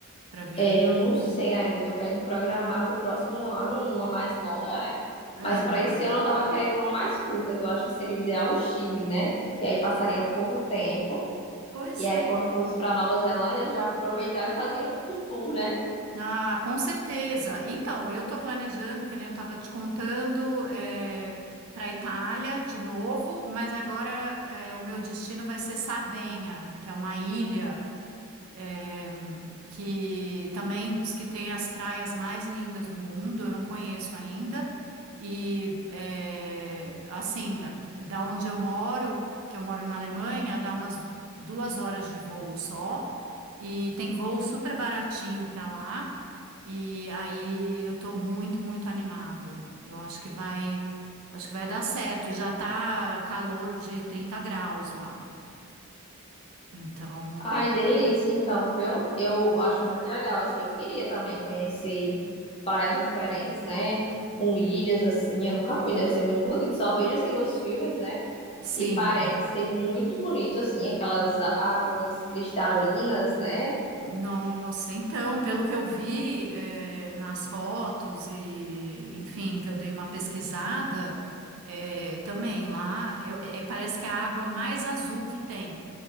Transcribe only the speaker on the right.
para viajar?
É,
Pois
é.
Ah, com certeza. Então, eu estou planejando, que nem eu estava te contando, para a Itália de novo, mas agora é, o meu destino vai ser Sardenha, que é uma ilha. É, que também diz que tem as praias mais lindas do mundo, eu não conheço ainda. E é, assim, da onde eu moro, que eu moro na Alemanha, dá umas duas horas de voo só, e tem voo super baratinho para lá. E aí eu tô muito, muito animada. Eu acho que vai, acho que vai dar certo. E já tá calor de 30 graus lá. Então,
sim.
Nossa, então, pelo que eu vi, eh, nas fotos e, enfim, que eu dei uma pesquisada, eh, também lá, eu- eh, parece que é a água mais azul que tem.